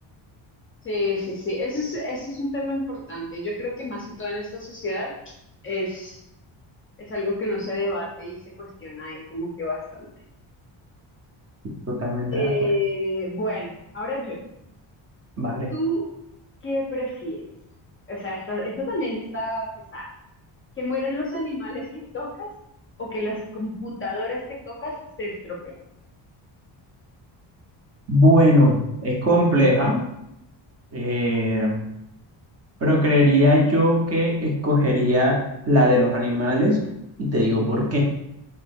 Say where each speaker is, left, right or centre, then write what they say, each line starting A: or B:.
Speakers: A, on the left; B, on the right.
A: Sí, sí, sí. Eso es, eso es un tema importante. Yo creo que más que todo en esta sociedad es, es algo que no se debate y se cuestiona ahí como que bastante.
B: Totalmente
A: Eh,
B: de acuerdo.
A: bueno, ahora yo.
B: Vale.
A: ¿Tú qué prefieres? O sea, esta, esta también está pesada. ¿Que mueran los animales que tocas o que las computadoras que tocas se estropeen?
B: Bueno, es compleja, eh, pero creería yo que escogería la de los animales y te digo por qué.